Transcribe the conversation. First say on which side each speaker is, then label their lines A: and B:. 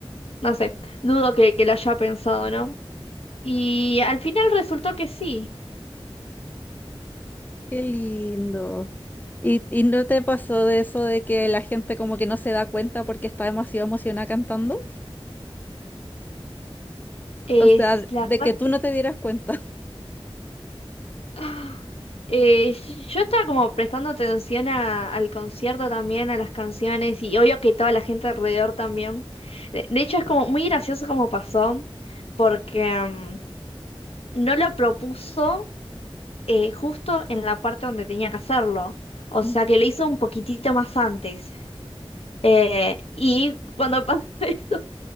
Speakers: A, on the left; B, on the left.
A: no sé, dudo que, que lo haya pensado, ¿no? Y al final resultó que sí.
B: ¡Qué lindo! ¿Y, y no te pasó de eso de que la gente como que no se da cuenta porque está demasiado emocionada cantando?
A: Es
B: O sea,
A: la
B: de
A: verdad
B: que tú
A: que...
B: no te dieras cuenta.
A: ah, eh, yo estaba como prestando atención a- al concierto también, a las canciones y obvio que toda la gente alrededor también. De, de hecho, es como muy gracioso como pasó porque mm, no lo propuso. eh, justo en la parte donde tenía que hacerlo. O
B: Ujú.
A: sea que lo hizo un poquitito más antes. Eh, y cuando pasa <laughs> eso,